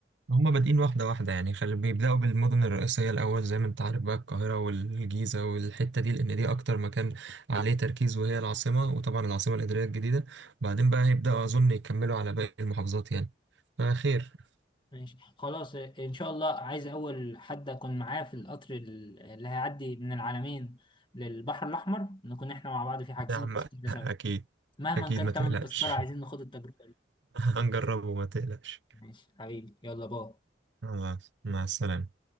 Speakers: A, on the right; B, on the left.
A: هما بادئين واحده واحده يعني خل... بيبداوا بالمدن الرئيسيه الاول زي ما انت عارف بقى القاهره والجيزه والحته دي لان دي اكتر مكان عليه تركيز وهي العاصمه وطبعا العاصمه الاداريه الجديده بعدين بقى هيبداوا اظن يكملوا على باقي المحافظات يعني فخير
B: ماشي خلاص ان شاء الله عايز اول حد اكون معاه في القطر ال- اللي هيعدي من العلمين للبحر الاحمر نكون احنا مع بعض في حاجزين
A: يا عم
B: تذكره سوا
A: أكيد
B: مهما
A: أكيد
B: كان
A: ما تقلقش
B: تمن تذكره عايزين
A: <laughs>
B: ناخد التجربه
A: هنجربه ما تقلقش
B: ماشي حبيبي يلا باي
A: خلاص مع السلامة